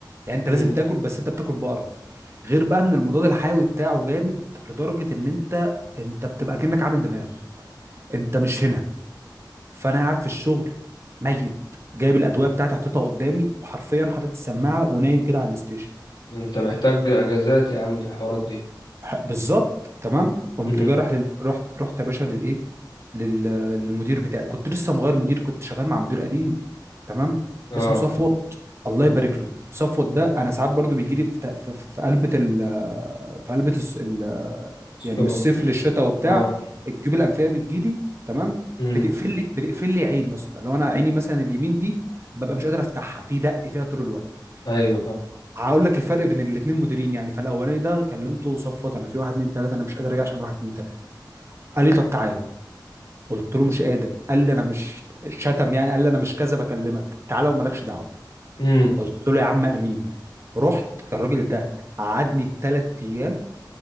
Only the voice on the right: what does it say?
يعني انت
لازم تاكل بس انت بتاكل بقرف غير بقى ان المضاد الحيوي بتاعه جامد لدرجه ان انت انت بتبقى كأنك عامل دماغ انت مش هنا فانا قاعد في الشغل ميت جايب الادويه بتاعتي حاططها قدامي وحرفيا حاطط السماعه ونايم كده على الستيشن
بالظبط تمام قمت
جاي راح لل... رحت رحت يا باشا للايه لل... للمدير بتاعي كنت لسه مغير مدير كنت شغال مع مدير قديم تمام
اسمه صفوت الله يبارك له صفوت ده انا ساعات برضو بيجي لي في ت- في في- في قلبه ال... في قلبه الس- ال... يعني
من الصيف للشتاء وبتاع
الجيوب الانفيه بتجي لي تمام
بتقفل لي بتقفل لي عين يا اسطى لو انا عيني مثلا اليمين دي ببقى مش قادر افتحها في دق فيها طول الوقت
هقول لك الفرق بين الاثنين مديرين يعني فالاولاني ده كلمته صفت انا في واحد اتنين تلاته انا مش قادر اجي عشان واحد اتنين تلاته قال لي طب تعالى قلت له مش قادر قال لي انا مش شتم يعني قال لي انا مش كذا بكلمك تعالى ومالكش دعوه
قلت له يا عم امين رحت الراجل ده قعدني ثلاث ايام